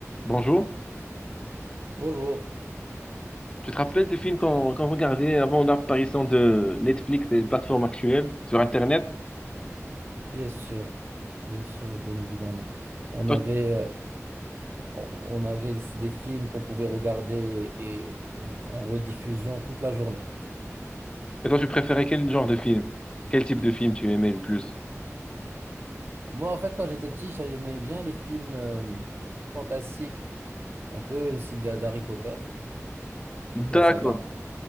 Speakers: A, on the left; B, on the right.
A: Bonjour.
B: Bonjour,
A: Tu te rappelles des films qu'on qu'on regardait avant l'apparition de Netflix et des plateformes actuelles sur Internet?
B: bien sûr, bien sûr, bien évidemment. On
A: Toi,
B: avait, euh, on on avait des films qu'on pouvait regarder et re- en rediffusion toute la journée.
A: et toi, tu préférais quel genre de film? Quel type de film tu aimais le plus?
B: Moi, en fait, quand j'étais petit, j'aimais bien les films euh, fantastiques, un peu le style d'Ha- d'Harry Potter,
A: D'accord,
B: toute la saga.